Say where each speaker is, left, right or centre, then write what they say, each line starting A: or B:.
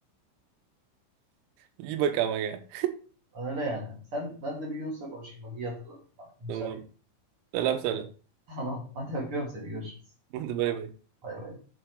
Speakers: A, on the right; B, on the right.
A: İyi bak ama ya.
B: Öyle yani. Sen ben de bir Yunus'la konuşayım bak iyi hatırlattın bana. Yunus
A: Tamam.
B: arayayım.
A: Selam söyle.
B: <laughs> Tamam hadi öpüyorum seni görüşürüz.
A: Hadi bay bay.
B: Bay bay.